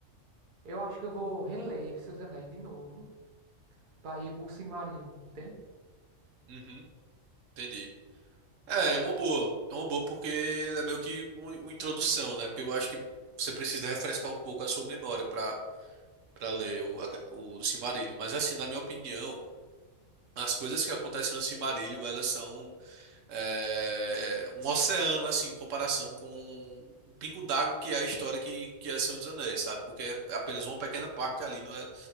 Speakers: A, on the right; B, on the right.
A: Eu acho que eu vou reler Seus Anéis de novo pra ir pro Silmarillion, entende?
B: Uhum, entendi. É, é uma boa. É uma boa porque é meio que um- uma introdução, né? Porque eu acho que você precisa refrescar um pouco a sua memória para para ler o, a- o, do Silmarillion. Mas assim, na minha opinião, as coisas que acontecem no Silmarillion, elas são é, um oceano, assim, em comparação com o pingo d'água que é a história que, que é Senhor dos Anéis, sabe? Porque é apenas uma pequena parte ali, não é,